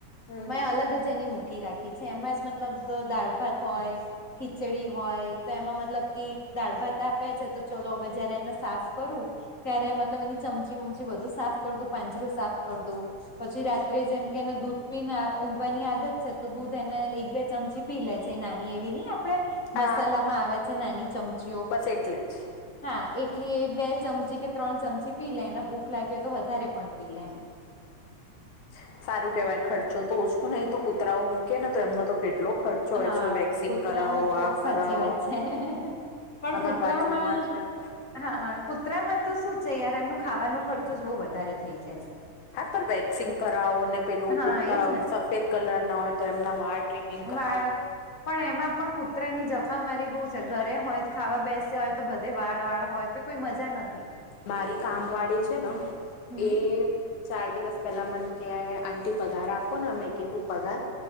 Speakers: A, on the left; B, on the left.
A: હમ
B: મેં
A: હમ
B: અલગ જ એની મૂકી રાખી. ઠી છે એમાં જ મતલબ દાળ ભાત હોય ખીચડી હોય તો એમાં મતલબ કે દાળ ભાત આપ્યા છે તો ચલો હવે જયારે એને સાફ કરું ત્યારે મતલબ એની ચમચી વમચી બધું સાફ કર દું પાંજરું સાફ કરી દઉ. પછી રાત્રે જેમ કે એને દૂધ પીને ઊંઘવાની આદત છે તો દૂધ એને એક બે ચમચી પી લે છે નાની એવી ની આપડે મસાલામાં
A: હા
B: આવે છે નાની ચમચીઓ
A: બસ એટલી જ
B: હા એટલી એ બે ચમચી કે ત્રણ ચમચી પી લે એને ભૂખ લાગી હોય તો વધારે પણ પી લે એમ.
A: હમ હમ સારુ કેવાય ખર્ચો તો ઓછો નહી તો કુતરાઓ મૂકે ને તો એમનો તો કેટલો ખર્ચો.
B: હા
A: હોય છે વેક્સિંગ
B: કૂતરાને
A: કરાવો
B: તો
A: આ
B: સાચી
A: કરાવો
B: વાત છે. પણ
A: અમારા
B: કૂતરામાં
A: બાજુમાં છે હા
B: હા કુતરામાં તો શું છે યાર એમનું ખાવાનો ખર્ચો જ બહુ વધારે થઈ જાય છે.
A: હા પણ વેક્સિંગ કરાવો ને પેલું
B: હા
A: કુત્તા
B: એજ ને
A: સફેદ કલર ના હોય તો એમના વાળ. ટ્રીમિંગ કરાવો
B: વાળ પણ એમાં પણ કૂતરાની જફામારી બહુ છે ઘરે હોય ખાવા બેસે હોય તો બધે વાળ વાળ હોય. કોઈ મજા નથી.
A: મારી કામ વાળી છે ન
B: હમ
A: એ ચાર દિવસ પેલા મને કહેવાય આંટી પગાર આપો ને અમે કેધું પગાર